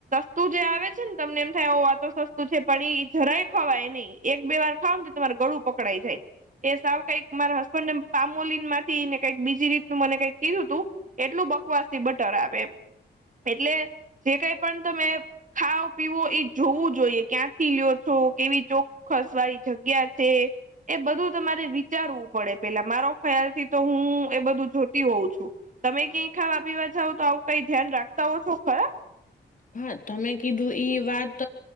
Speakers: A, on the right; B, on the left.
A: સસ્તું જે આવે છે ને, તમને એમ થાય એ વાતો સસ્તું છે, પણ એ જરાય ખવાય નહી. એક-બે વાર ખાવ ને, તમાર ગળું પકડાઈ જાય એ સાવ કંઈક. મારા હસબન્ડે પામોલીન ને કઈક બીજી રીત મને કઈક કીધું તું એટલું બકવાસ થી બટર આવે એમ એટલે જે કઈ પણ તમે ખાાવ પીવો એ જોવું જોઈએ ક્યાંક થી લ્યો છો કેવી ચોક્કસ વાળી જગ્યા છે. એ બધું તમારે વિચારવું પડે પેલા મારો ખ્યાલથી તો હું એ બધું જોતી હોઉં છું. તમે ક્યાંય ખાવા પીવા જાવ તો આવું કઈ ધ્યાન રાખતા હો છો ખરા
B: હા તમે કીધું ઈ વાત